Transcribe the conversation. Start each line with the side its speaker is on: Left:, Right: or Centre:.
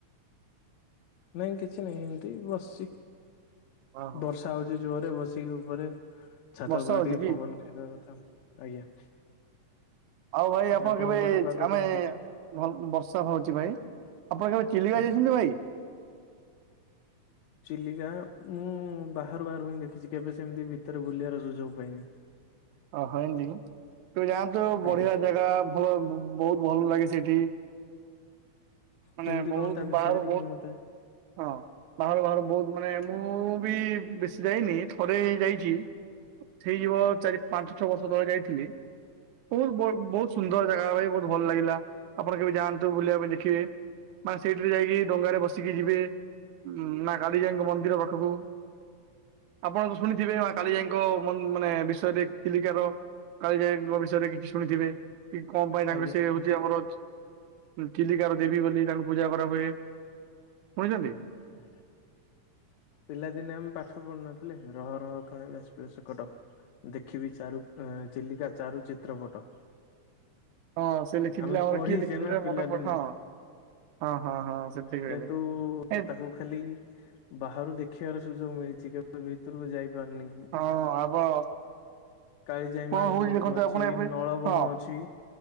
Left: ନାଇଁ କିଛି ନାହିଁ ଏମିତି ବସିଛି
Right: ହଁ ହଁ
Left: ବର୍ଷା ହଉଛି ଜୋରରେ ବସିକି ଉପରେ ଛାତ
Right: ବର୍ଷା
Left: ଉପରେ
Right: ହଉଛି
Left: ଟିକେ
Right: କି
Left: ପବନ ଖାଇବା କଥା ଆଜ୍ଞା।
Right: ଆଉ ଭାଇ ଆପଣ
Left: ଆପଣଙ୍କ
Right: କେବେ
Left: ପଟେ ପାଗ
Right: ଚ୍ ଆମେ
Left: କେମିତି ଅଛି?
Right: ଭଲ ବର୍ଷା ହଉଚି ଭାଇ। ଆପଣ କେବେ ଚିଲିକ
Left: ଆଛା
Right: ଯାଇଛନ୍ତି ଭାଇ?
Left: ଚିଲିକା ମୁଁ ବାହାରୁ ବାହାରୁ ହିଁ ଦେଖିଚି କେବେ ସେମିତି ଭିତରେ ବୁଲିବାର ସୁଯୋଗ ପାଇନି।
Right: ଅହ ଏମତି କି? ତୁ ଯାଆନ୍ତୁ ବଢ଼ିଆ
Left: ଆଜ୍ଞା
Right: ଜାଗା ଭଲ ବହୁତ ଭଲ ଲାଗେ ସେଠି। ମାନେ
Left: କେମିତି
Right: ବହୁତ
Left: କଣ ତା ବିଷୟରେ
Right: ବାହାରୁ
Left: ଟିକେ
Right: ବହୁତ
Left: ମତେ
Right: ହଁ। ବାହାରୁ ବାହାରୁ ବହୁତ ମାନେ ମୁଁ ବି ବେଶୀ ଯାଇନି ଥରେ ଯାଇଛି। ହେଇଯିବ ଚାରି ପାଞ୍ଚ ଛଅ ବର୍ଷ ତଳେ ଯାଇଥିଲି। ବୋହୁତ ବଡ଼ ବୋହୁତ ସୁନ୍ଦର ଜାଗା ଭାଇ ବୋହୁତ ଭଲ ଲାଗିଲା ଆପଣ କେବେ ଯାଆନ୍ତୁ ବୁଲିବା ପାଇଁ ଦେଖିବେ। ମାନେ ସେଇଠିରେ ଯାଇକି ଡଙ୍ଗାରେ ବସିକି ଯିବେ। ଉଁ ନାଁ କାଳିଜାଇଙ୍କ ମନ୍ଦିର ପାଖୁକୁ। ଆପଣ ତ ଶୁଣିଥିବେ ମା କାଲିଜାଇଙ୍କ ମ ମାନେ ବିଷୟରେ। ଚିଲିକାର କାଳିଜାଙ୍କ ବିଷୟରେ କିଛି ଶୁଣିଥିବେ କି କଁ ପାଇଁ ତାଙ୍କ
Left: ଆଜ୍ଞା
Right: ସେ ଯେ ଆମର ଚ୍ ଚିଲିକାର ଦେବୀ ବୋଲି ତାଙ୍କୁ ପୂଜା କରାହୁଏ, ଶୁଣିଛନ୍ତି?
Left: ଆଏ ଦା ପିଲାଦିନେ ଆମେ ପାଠ ପଢୁନଥିଲେ ରହ ରହ କ୍ଷଣେ ବାଷ୍ପୀୟ ସକଟ। ଦେଖିବି ଚାରୁ ଉଁ ଚିଲିକା ଚାରୁ ଚିତ୍ରପଟ।
Right: ହଁ ସେ ଲେଖିଥିଲେ
Left: ଆମେ
Right: ଆମର
Left: ପଢିଛେ
Right: କିଏ ଲେଖିଥିଲେ
Left: ନା ପିଲାଦିନେ।
Right: ମନେ ପ ହଁ। ହଁ ହଁ ହଁ ସେଥିରେ
Left: କିନ୍ତୁ
Right: ହେଲେ ଏ
Left: ତାକୁ ଖାଲି ବାହାରୁ ଦେଖିବାର ସୁଯୋଗ ମିଳିଚି କେବେ ଭିତୁରୁକୁ ଯାଇ ପାରୁନି।
Right: ହଁ ଆବ
Left: କାଳିଜାଇ
Right: କଣ
Left: ମାଙ୍କ
Right: ହଉଛି
Left: ମନ୍ଦିର
Right: ଦେଖନ୍ତୁ ଆପଣ
Left: ଅଛି
Right: ଏବେ
Left: ନଳବଣ
Right: ହଁ
Left: ଅଛି।